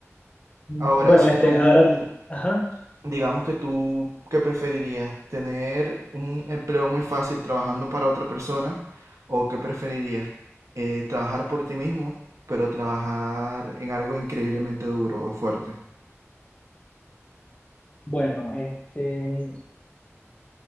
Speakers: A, on the left (about 25°); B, on the right (about 80°).
A: Bueno,
B: Ahora, si
A: este,
B: tú
A: ahora, ajá.
B: Digamos que tú, ¿qué preferirías? ¿Tener un empleo muy fácil trabajando para otra persona? ¿O qué preferirías? Eh, ¿trabajar por ti mismo, pero trabajar en algo increíblemente duro o fuerte?
A: Bueno, este,